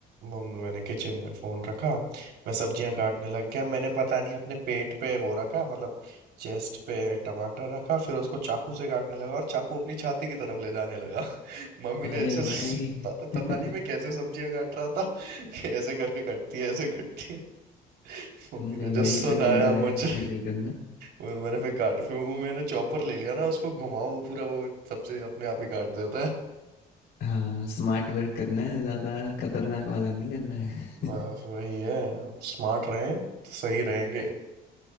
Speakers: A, on the right; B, on the left.
A: मम्मी मैंने किचन में फोन रखा मैं सब्जियां काटने लग गया मैंने पता नहीं अपने पेट पे वो रखा मतलब चेस्ट पे टमाटर रखा फिर उसको चाकू से काटने लगा और चाकू अपनी छाती की तरफ ले जाने लगा <laughs> मम्मी
B: अरे
A: ने ऐसे
B: भाई
A: <laughs> पता पता
B: <laughs>
A: नहीं मैं कैसे सब्जियां काट रहा था <laughs> कि ऐसे करके कटती है ऐसे कटती है <laughs> मम्मी
B: नहीं
A: ने जो
B: भाई ये
A: सुनाया
B: तो डेंजर
A: मुझे
B: है ऐसे नहीं करना
A: वो मैंने फिर काट फिर वो मैंने चॉपर ले लिया ना उसको घुमाओ वो पूरा वो सबसे अपने आप ही काट देता है
B: हाँ स्मार्ट वर्क करना है ज़्यादा खतरनाक वाला नहीं करना है
A: बस
B: <laughs>
A: वही है स्मार्ट रहें तो सही रहेंगे